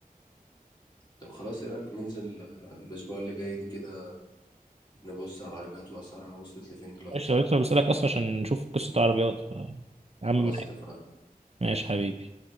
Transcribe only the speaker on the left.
طب خلاص ايه رأيك ننزل آه، الأسبوع اللي جاي دي كده نبص على العربيات وأسعارها وصلت لفين دلوقتي
خلاص اتفقنا